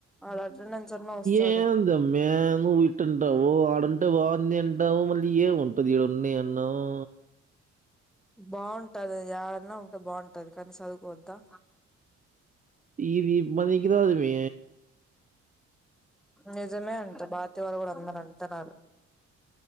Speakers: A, in the centre; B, on the right.
A: ఆడ అటెండెన్స్ అన్నా వస్తది
B: ఏందమ్మీ నువ్ ఇట్టంటావు ఆడుంటే బాగుంది అంటావు మళ్ళీ ఏం ఉంటది ఈడున్నీ అన్నావు
A: బాగుంటది ఎడన్నా ఉంటే బాగుంటది కానీ చదువుకోవద్దా?
B: ఇది బనికి రాదు మె
A: నిజమే అంటే భార్తీ వాళ్ళు కూడా అందరు అంటన్నారు